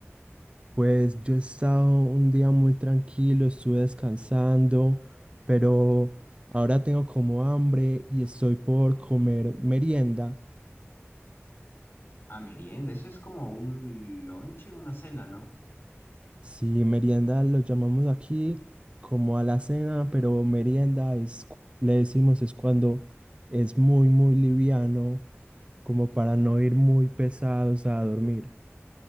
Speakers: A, on the right; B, on the left.
A: Pues yo he estado un día muy tranquilo, estuve descansando, pero ahora tengo como hambre y estoy por comer merienda.
B: Ah, merienda, eso es como un lonche, una cena, ¿no?
A: Sí, merienda lo llamamos aquí como a la cena, pero merienda es, cu- le decimos es cuando es muy, muy liviano, como para no ir muy pesados a dormir.